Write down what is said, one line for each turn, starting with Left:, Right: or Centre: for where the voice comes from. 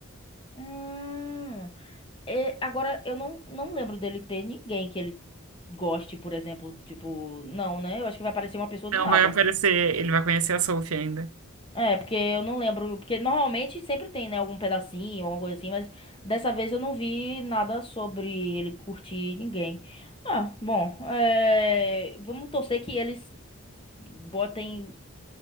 Left: Hum. É, agora, eu não, não lembro dele ter ninguém que ele goste, por exemplo. Tipo, não, né? Eu acho que vai aparecer uma pessoa
Right: Não
Left: do nada.
Right: vai aparecer, ele vai conhecer a Sophie ainda.
Left: É, porque eu não lembro. Porque normalmente sempre tem, né? Algum pedacinho, alguma coisa assim. Mas dessa vez eu não vi nada sobre ele curtir ninguém. Ah, bom. é, vamos torcer que eles botem